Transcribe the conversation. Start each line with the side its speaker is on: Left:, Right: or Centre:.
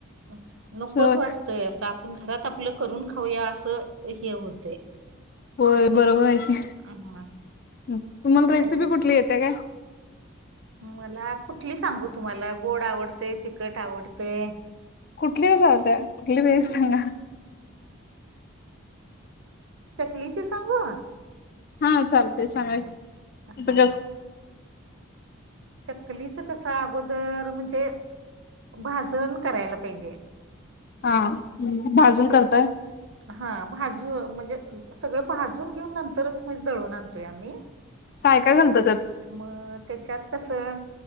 Right: होय नकोच
Left: सवय
Right: वाटतय असं आपण घरात आपलं करून खाऊया असं हे होतंय
Left: होय बरोबर हाय की
Right: हा
Left: तुम्हाला
Right: काय
Left: रेसिपी
Right: काय
Left: कुठली येत्या काय
Right: मला कुठली सांगू तुम्हाला गोड आवडतय तिखट आवडतय
Left: कुठली बी चालत्या कुठली बी एक सांगा
Right: चकली ची सांगू
Left: हा चालतय सांगा की आता
Right: हा
Left: कस
Right: चकलीच कस अगोदर म्हणजे भाजण करायला पाहिजे
Left: हा भाजून
Right: मग ते
Left: करताय
Right: हा भाजू म्हणजे सगळं भाजून घेऊन नंतरच दळून आणतोय आम्ही.
Left: काय काय घालता त्यात
Right: मग त्याच्यात कसं